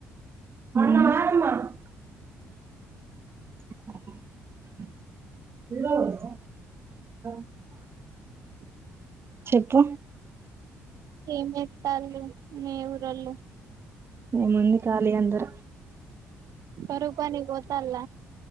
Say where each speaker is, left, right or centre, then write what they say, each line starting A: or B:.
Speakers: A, on the right; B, on the right.
A: <inaudible> ఆ <inaudible>
B: హు
A: చెప్పు
B: ఏం చేత్తళ్ళు మి వూరొళ్ళు
A: ఏముంది కాలీ అందరూ
B: కరువు పనికి పోతాళ్ల